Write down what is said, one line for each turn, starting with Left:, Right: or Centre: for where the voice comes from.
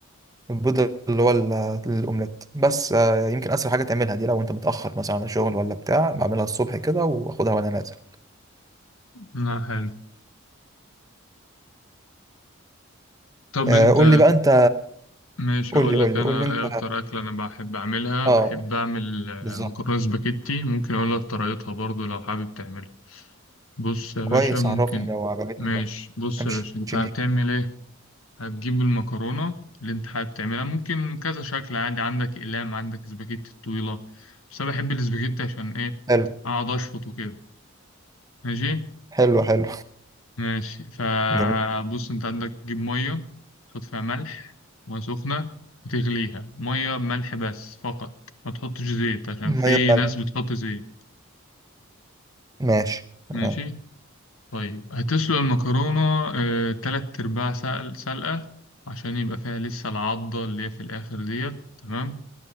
Right: البيض اللي هو ال- الاومليت بس آه يمكن اسرع حاجه تعملها دي لو انت متاخر مثلا على الشغل ولا بتاع بعملها الصبح كده واخدها وانا نازل
Left: لا حلو طب
Right: آه
Left: انت
Right: قول لي بقى انت
Left: ماشي
Right: قول
Left: اقول
Right: لي قول
Left: لك انا
Right: لي قول لي انت
Left: ايه اكتر اكلة انا بحب اعملها
Right: اه
Left: بحب اعمل آه،
Right: بالظبط
Left: مكرونة سباكيتي ممكن اقول لك طريقتها برضو لو حابب تعملها بص يا
Right: كويس
Left: باشا ممكن
Right: عرفني لو عجبتني
Left: ماشي
Right: بقى.
Left: بص
Right: امشي
Left: يا باشا انت
Right: يمين
Left: هتعمل ايه هتجيب المكرونة اللي انت حابب تعملها ممكن كذا شكل عادي عندك أقلام عندك سباجيتي الطويلة بس أنا بحب السباجيتي عشان إيه
Right: حلو
Left: أقعد أشفط وكده ماشي
Right: حلو حلو
Left: ماشي فبص
Right: جميل
Left: انت عندك تجيب مية تحط فيها ملح مية سخنة وتغليها مية بملح بس فقط ما تحطش زيت عشان في
Right: ميه بملح
Left: ناس بتحط زيت
Right: ماشي تمام
Left: ماشي طيب هتسلق المكرونة آه، تلات أرباع سلق- سلقة عشان يبقى فيها لسه العضة اللي هي في الآخر ديت تمام